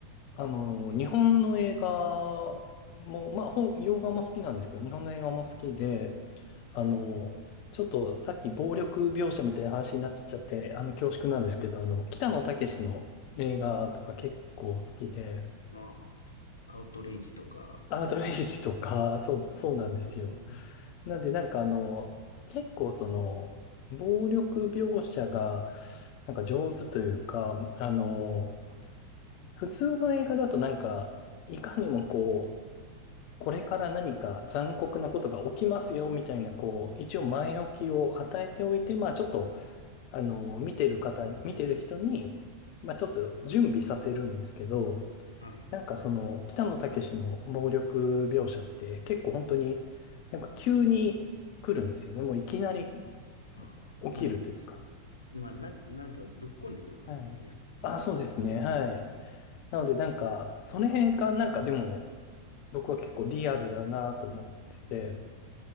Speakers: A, on the left (about 45°); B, on the left (about 75°).
A: あの、日本の映画も、まあ、ほん洋画も好きなんですけど、日本の映画も好きで、
B: はい。
A: あの、
B: はい。
A: ちょっとさっき暴力描写みたいな話になっちゃって、あの、恐縮なんですけど、あの、北野武の映画とか結構好きで、
B: はい。ああ、アウトレイジとかですかね。
A: アウトレイジとか、そう、そうなんですよ。
B: うーん。は
A: なんで、なんかあの、結構その、暴力描写が、なんか上手というか、あの、
B: い。
A: 普通の映画だとなんか、いかにもこう、これから何か残酷なことが起きますよ、みたいな、こう、一応前置きを与えておいて、まあちょっと、あの、見てる方に、見てる人に、まあちょっと準備させるんですけど、
B: はい。
A: なんかその、北野武の暴力描写って結構本当になんか急に来るんですよね。もういきなり
B: ああ、
A: 起きるというか。
B: まあ、まあ、な、なんかぶっこんでくる感じですかね。
A: はい。あ、そうですね。はい。なのでなんか、それがなんかでも僕は結構リアルだなと思ってて、
B: そ